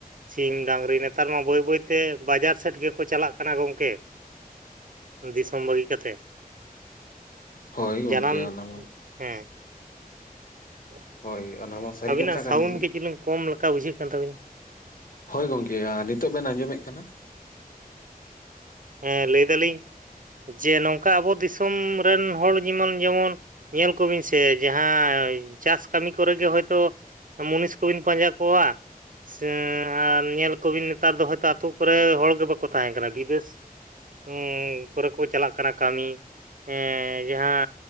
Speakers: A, on the right (about 60°); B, on the left (about 65°).
A: ᱥᱤᱢ ᱰᱟᱹᱝᱨᱤ ᱱᱮᱛᱟᱨ ᱢᱟ ᱵᱟᱹᱭ ᱵᱟᱹᱭᱛᱮ ᱵᱟᱡᱟᱨ ᱥᱮᱫ ᱜᱮᱠᱚ ᱪᱟᱞᱟᱜ ᱠᱟᱱᱟ ᱜᱚᱢᱠᱮ᱾ ᱫᱤᱥᱚᱢ ᱵᱟᱹᱜᱤ ᱠᱟᱛᱮ᱾
B: ᱦᱳᱭ ᱜᱚᱝᱠᱮ
A: ᱡᱟᱱᱟᱢ
B: ᱚᱱᱟ ᱢᱟ
A: ᱦᱮᱸ <unintelligible>
B: ᱦᱳᱭ ᱟᱱᱟ ᱢᱟ ᱥᱟᱹᱨᱤ
A: ᱟᱹᱵᱤᱱᱟᱜ
B: ᱠᱟᱛᱷᱟ
A: ᱥᱟᱣᱩᱱᱰ
B: ᱠᱟᱱ ᱜᱮ
A: ᱜᱤ ᱡᱤᱞᱟᱹᱝ ᱠᱚᱢ ᱞᱮᱠᱟ ᱵᱩᱡᱷᱟᱹᱜ ᱠᱟᱱ ᱛᱟᱹᱵᱤᱱᱟ᱾
B: ᱦᱳᱭ ᱜᱚᱝᱠᱮ ᱭᱟ ᱱᱤᱛᱚᱜ ᱵᱮᱱ ᱟᱸᱡᱚᱢᱮᱫ ᱠᱟᱱᱟ?
A: ᱦᱮᱸ ᱞᱟᱹᱭ ᱫᱟᱹᱞᱤᱧ ᱡᱮ ᱱᱚᱝᱠᱟ ᱟᱵᱚ ᱫᱤᱥᱚᱢ ᱨᱮᱱ ᱦᱚᱲ ᱡᱮᱢᱚᱱ ᱡᱮᱢᱚᱱ ᱧᱮᱞ ᱠᱚᱵᱤᱱ ᱥᱮ ᱡᱟᱦᱟᱸᱭ ᱪᱟᱥ ᱠᱟᱹᱢᱤ ᱠᱚᱨᱮ ᱜᱮ ᱦᱳᱭᱛᱳ᱾ ᱢᱩᱱᱤᱥ ᱠᱚᱵᱤᱱ ᱯᱟᱸᱡᱟ ᱠᱚᱣᱟ᱾ ᱥᱮ ᱟᱨ ᱧᱮᱞ ᱠᱚᱵᱤᱱ ᱱᱮᱛᱟᱨ ᱫᱚ ᱦᱚᱭᱛᱳ ᱟᱛᱩ ᱠᱚᱨᱮ ᱦᱚᱲ ᱜᱮ ᱵᱟᱠᱚ ᱛᱟᱦᱮᱸᱱ ᱠᱟᱱᱟ ᱵᱤᱫᱮᱥ <unintelligible> ᱩᱸ ᱠᱚᱨᱮ ᱠᱚ ᱪᱟᱞᱟᱜ ᱠᱟᱱᱟ ᱠᱟᱹᱢᱤ ᱮᱸ ᱡᱟᱦᱟᱸ